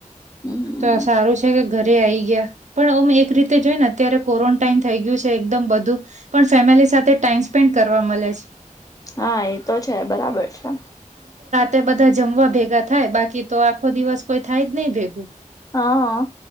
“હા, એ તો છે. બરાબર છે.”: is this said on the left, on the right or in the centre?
Left